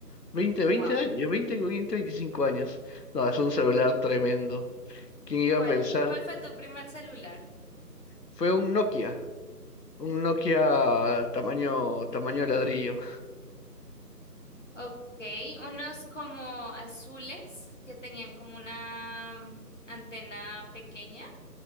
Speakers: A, on the left; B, on the left.
A: veinte, veinte
B: Wow.
A: años, 20, 20, 25 años. No, es un celular tremendo. ¿Quién iba
B: ¿Cuál,
A: a pensar?
B: cuál fue tu primer celular?
A: Fue un Nokia, un Nokia tamaño, tamaño ladrillo.
B: Ok, unos como azules que tenían como una mm, antena pequeña,